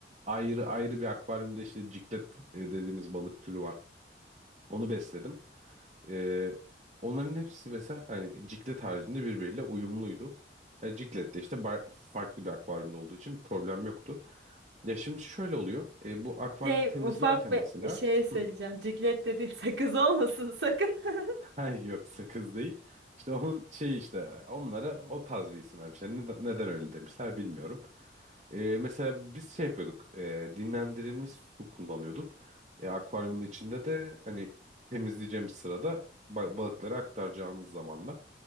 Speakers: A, on the right (about 35°); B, on the right (about 80°).
A: Ayrı ayrı bir akvaryumda işte ciklet e, dediğimiz balık türü var. Onu besledim. Ee, onların hepsi mesela hani ciklet haricinde birbiriyle uyumluydu. Yani ciklet de işte bar- farklı bir akvaryumda olduğu için problem yoktu. Ya şimdi şöyle oluyor. e, bu akvaryumu
B: Şey
A: temizlerken
B: ufak bir
A: mesela
B: şey söyleyeceğim.
A: Hı,
B: Ciklet dediğin <laughs> sakız olmasın sakın. <laughs>
A: <laughs> Ay yok sakız değil. İşte onun şey işte onlara o tarz bir isim vermişler. Neden, neden öyle demişler bilmiyorum. E, mesela biz şey yapıyorduk. e, dinlendirilmiş su kullanıyorduk. E, akvaryumun içinde de hani temizleyeceğimiz sırada ba- balıkları aktaracağımız zamanda